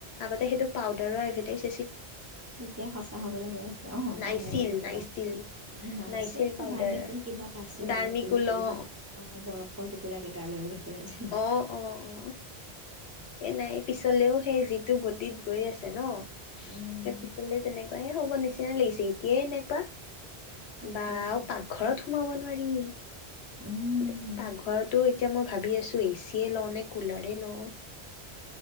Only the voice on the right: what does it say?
এতিয়া সঁচা হবলে গৈ আছে অ
পাউদাৰৰ কিবা
নাইছে
ধাৰ্মিকল কিবা এটা আছিল
আৰু গোল গোল
অ বৰফৰ টুকুৰা কেইটা লৈ ঘূৰি ফুৰে যে লগত
উম
তাকেতো
উম